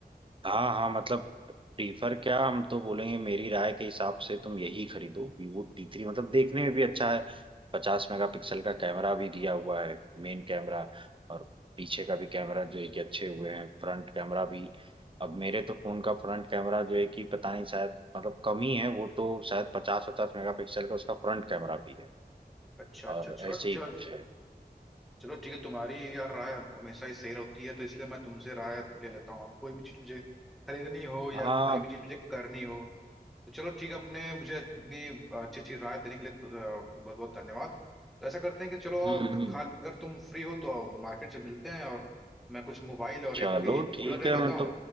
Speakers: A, on the right (about 30°); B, in the centre.
A: हाँ हाँ मतलब प्रीफर क्या हम तो बोलेंगे मेरी राय के हिसाब से तुम यही खरीदो वीवो टी थ्री मतलब देखने में भी अच्छा है पचास मेगापिक्सल का कैमरा भी दिया हुआ है मेन कैमरा और पीछे का भी कैमरा जो है कि अच्छे हुए हैं फ्रंट कैमरा भी अब मेरे तो फोन का फ्रंट कैमरा जो है कि पता नहीं शायद मतलब कम ही है वो तो शायद पचास पचास मेगापिक्सल का उसका फ्रंट कैमरा भी है
B: अच्छा
A: और
B: अच्छा चलो
A: ऐसे ही
B: चलो
A: कुछ है
B: चलो ठीक है तुम्हारी यार राय हम- हमेशा ही सही होती है तो इसलिए मैं तुमसे राय ले लेता हूँ कोई भी चीज मुझे खरीदनी हो या
A: हाँ
B: कोई भी चीज मुझे करनी हो तो चलो ठीक है अपने मुझे इतनी अच्छी अच्छी राय देने के लिए बहुत बहुत धन्यवाद तो ऐसा करते हैं कि चलो आओ
A: हम्म
B: क-
A: हम्म।
B: खा अगर तुम फ्री हो तो आओ मार्केट से मिलते हैं और मैं कुछ मोबाइल और
A: चलो
B: एक, एक
A: ठीक
B: कूलर ले
A: है
B: लेता
A: मैं तो
B: हूँ